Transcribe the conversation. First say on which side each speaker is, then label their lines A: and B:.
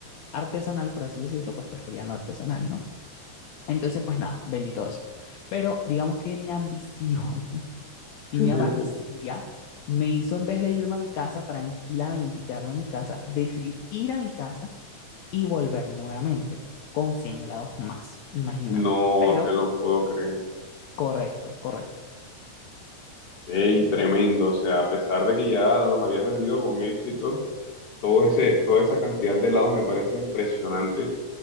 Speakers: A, on the left; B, on the left.
A: artesanal, por así decirlo, pues preferían lo artesanal, ¿no? Entonces, pues nada, vendí todo eso. Pero digamos que mi ambición
B: <laughs>
A: y mi avaricia me hizo, en vez de irme a mi casa tranquilamente y quedarme en mi casa, decidí ir a mi casa y volver nuevamente con 100 helados más, imagínate.
B: No
A: Pero,
B: te lo puedo creer.
A: correcto, correcto.
B: Ey, tremendo, o sea, a pesar de que ya los habías vendido con éxito, todo ese, toda esa cantidad de helados me parece impresionante.